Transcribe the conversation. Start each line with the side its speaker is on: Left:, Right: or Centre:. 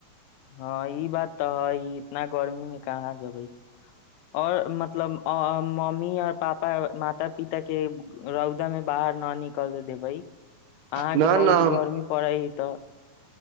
Left: हँ ई बात तऽ है इतना गर्मी मे कहाँ जेबै ओर मतलब मम्मी आओर पापा म माता पिता के रौदा में बाहर न निक क देबै अहाँ
Right: न
Left: के बहुत
Right: न हम
Left: गर्मी पड़ै कु तऽ